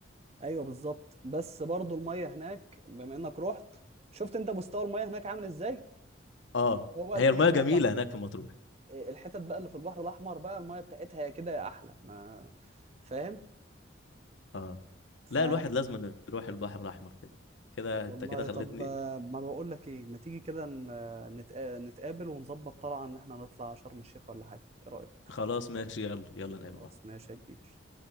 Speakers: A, on the right; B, on the left.
A: ايوه بالظبط بس برضو المية هناك بما انك رحت شفت انت مستوى المية هناك عامل ازاي
B: اه
A: هو بقى
B: هي
A: الحتت
B: المايه
A: بقى
B: جميله
A: بتاعت
B: هناك في مطروح
A: إيه، الحتت بقى اللي في البحر الاحمر بقى المايه بتاعتها يا كده يا احلى ما فاهم
B: اه
A: ف
B: لا الواحد لازم أن يروح البحر الاحمر كده كده انت
A: والله
B: كده خلتني
A: طب آه، ما بقول لك ايه ما تيجي كده ن- نتقا- نتقابل ونظبط طلعه ان احنا نطلع شرم الشيخ ولا حاجه ايه رايك
B: خلاص ماشي يلا يلا نقابل
A: خلاص
B: بعض
A: ماشي يا كبير